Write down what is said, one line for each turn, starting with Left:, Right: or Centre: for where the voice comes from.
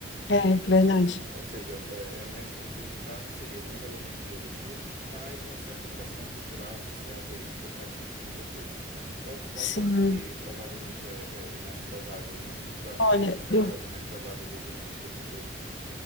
Left: É,
Right: Então,
Left: verdade.
Right: ou seja, é- é me- o resultado seria megalomania do Putin mais uma certa pressão cultural, social, política para que isso acontecesse. Qual, qual
Left: Sim.
Right: tu acha que provavelmente é, é- é mais provável, né? O que, que tu acha
Left: Olha,
Right: que é
Left: eu
Right: a causa mais provável do, do início do conflito?